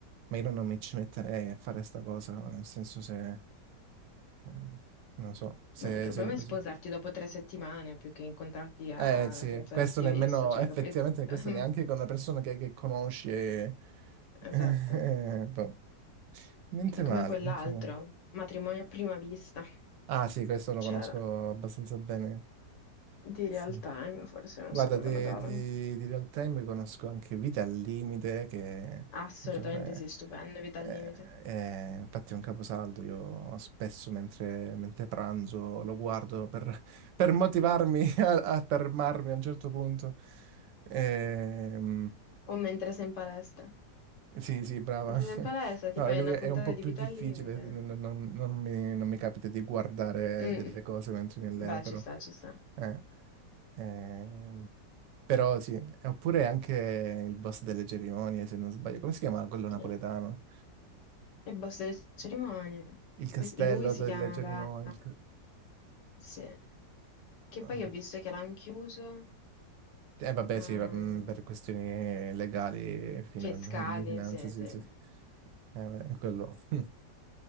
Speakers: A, on the right; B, on the left.
A: ma io non mi ci metterei a fare sta cosa, nel senso se, eh, non so, se,
B: ma il problema
A: se-
B: è sposarti
A: se-
B: dopo tre settimane più che incontrarti a-
A: eh sì,
B: senza
A: questo
B: averti
A: nemmeno,
B: visto, cioè,
A: effettivamente
B: capito? <laughs>
A: questo neanche con una persona che, che conosci e- <laughs>
B: Esatto.
A: eh, boh. Niente
B: È come
A: male,
B: quell'altro,
A: niente male.
B: matrimonio a prima vista.
A: Ah sì, questo lo
B: C'era
A: conosco abbastanza bene,
B: di
A: sì.
B: real time, forse non
A: Guarda,
B: so dove
A: di,
B: lo davano.
A: di- di real time conosco anche Vita al Limite, che
B: Assolutamente
A: diciamo, è,
B: sì, stupendo, vita
A: è-
B: al limite.
A: è- infatti è un caposaldo. Io spesso mentre, mentre pranzo lo guardo per, per motivarmi <laughs> a, a fermarmi a un certo punto. Ehm,
B: O mentre sei in palestra.
A: sì, sì, brava.
B: Mentre
A: <laughs>
B: sei in palestra ti
A: No,
B: fai
A: lì
B: una
A: è
B: puntata
A: un po'
B: di
A: più
B: vita
A: difficile,
B: al limite.
A: non, non- non mi, non mi capita di guardare
B: Mm,
A: delle cose mentre mi alleno,
B: Beh,
A: però.
B: ci sta, ci sta.
A: eh, ehm, però sì, E oppure anche il boss delle cerimonie, se non sbaglio. Come si chiama quello napoletano?
B: E e boss delle cerimonie.
A: Il castello
B: Quest- Lui si
A: delle
B: chiamava...
A: cerimonie. il ca-
B: Sì. Che
A: ah,
B: poi ho visto che l'hanno chiuso.
A: Eh, vabbè,
B: ehm,
A: sì, va- mm, per questioni legali e finan-
B: fiscali,
A: di finanze,
B: siete.
A: sì, sì. sì. Eh, beh, quello. <laughs>